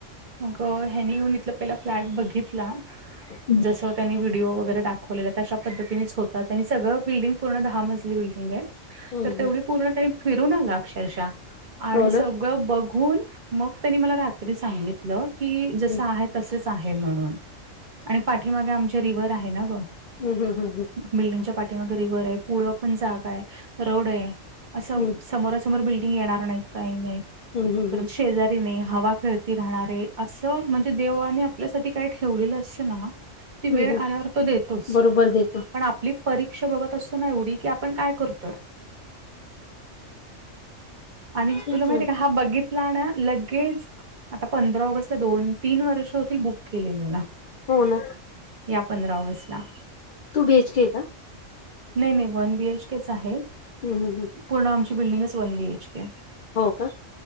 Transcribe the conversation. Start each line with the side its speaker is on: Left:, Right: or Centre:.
Right: मग ह्यानी येऊन इथलं पहिला फ्लॅट बघितला.
Left: हं.
Right: जस त्यानी व्हिडिओ वगैरे दाखव खलेलं तशा पद्धतीनेच होत. त्यां सगळं बिल्डिंग पूर्ण दहा मजली बिल्डिंग आहे.
Left: हं,
Right: तर तेवढी
Left: हं.
Right: पूर्ण त्यांनी फिरून आला अक्षरशः. आणि
Left: हो ना.
Right: स बघून मग त्यांनी मला रात्री सांगितलं की जस
Left: हं.
Right: आहे तस हे म्हणनून आणि पाठीमागे आमच्या रिव्हव आहे ना ग.
Left: हम हम हं हम
Right: बिल्डिंगच्या पाठी रिव्हर आहे अस पुढ पण जागा आहे रोड आहे अस समोरा
Left: हं.
Right: समोर समोर बिल्डिंग येणार नाहीत काही नाहीत.
Left: हम् हम हम.
Right: शेजारीने हवा खेळती राहणारे असं म्हणजे देवाने आपल्यासाठी काय ठेवलेलं असतं ना ती वेळ
Left: हं, हं.
Right: आल्यावर तो देतोच
Left: बरोबर देतो.
Right: पण आपली परीक्षा बघत असतो ना एवढी की आपण काय करतोय. आणि
Left: तेच
Right: तुला माहित
Left: ना.
Right: आहे का? हा बघितला ना लगेच आता पंधरा ऑगस्ट ला दोन तीन वर्ष होतील बुक केलेल्याला.
Left: हो. ना.
Right: या पंधरा ऑगस्ट ला.
Left: टू बी एच के आहे का
Right: नाही नाही वन बीएचके च आहे.
Left: हं हं हं
Right: पूर्ण आमची बिल्डिंगच वन बी एच के आहे.
Left: हो का?